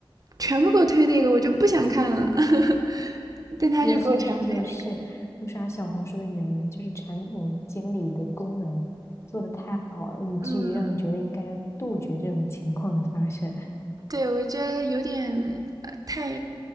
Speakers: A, on the right; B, on the left.
A: 全部给我推那个，我就不想看了，<laughs> 但他就给我全部推那个。
B: 原来这就是不刷小红书的原因，就是产品经理的功能做得太好了，以至于让你觉得应该要杜绝这种情况的发生，
A: 嗯，对，我觉得有点呃太